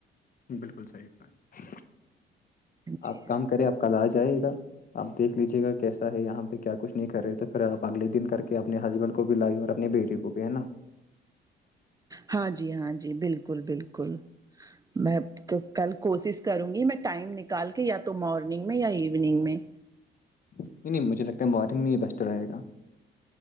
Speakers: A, on the left; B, on the right.
A: بلکل صحیح بات
B: جی
A: آپ کام کرے آپ کل آ جائے گا آپ دیکھ لیجیے گا کیسا ہے یہاں پہ کیا کچھ نہیں کر رہے تو پھر آپ اگلے دن کر کے اپنے ہسبنڈ کو بھی لائی اور اپنے بیٹے کو کپ ہے نا <unintelligible>
B: ہاں جی ہاں جی بلکل بلکل میں کل کوشش کروں گی میں ٹائم نکال کے یا تو مارننگ میں یا ایوننگ میں
A: نہیں نہیں مجھے لگتا ہے مارنگ میں ہی بیسٹ رہے گا